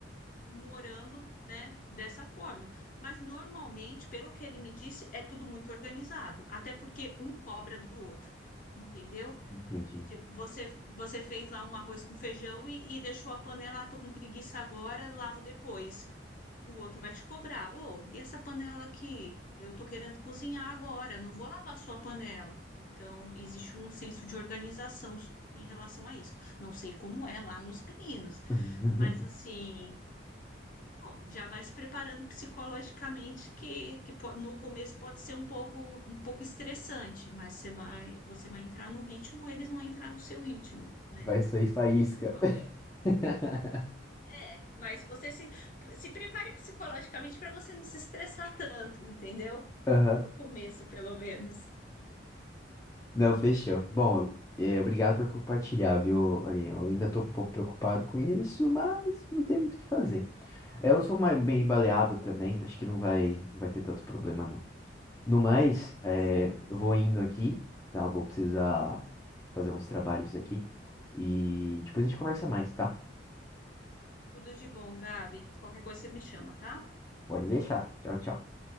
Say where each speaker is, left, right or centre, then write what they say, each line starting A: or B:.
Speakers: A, on the left; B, on the left.
A: morando, né, dessa forma. Mas normalmente, pelo que ele me disse, é tudo muito organizado, até porque um cobra do outro, entendeu?
B: entendi.
A: Tipo, você, você fez lá um arroz com feijão e, e deixou a panela, ah, tô com preguiça agora, lavo depois. O outro vai te cobrar. Ô, e essa panela aqui? Eu tô querendo cozinhar agora, não vou lavar a sua panela. Então, existe um senso de organização em relação a isso. Não sei como é lá nos meninos,
B: <laughs>
A: mas assim, Bom, já vai se preparando psicologicamente, que, que po- no começo pode ser um pouco, um pouco estressante, mas você vai, você vai entrar no ritmo, eles vão entrar no seu ritmo, né?
B: Vai sair faísca.
A: Normal.
B: <laughs>
A: É, mas você se, se prepare psicologicamente para você não se estressar tanto, entendeu?
B: Aham.
A: No começo, pelo menos.
B: Não, fechou. Bom, é, obrigado por compartilhar, viu, Aline? Eu ainda tô um pouco preocupado com isso, mas não tem muito o que fazer. É, Eu sou mais, bem baleável também, acho que não vai, não vai ter tanto problema, não. No mais, é,
A: Com certeza.
B: eu vou indo aqui, tá? Eu vou precisar fazer uns trabalhos aqui. E depois a gente conversa mais, tá?
A: Tudo de bom, Gabi. Qualquer coisa você me chama, tá?
B: Pode deixar. Tchau, tchau.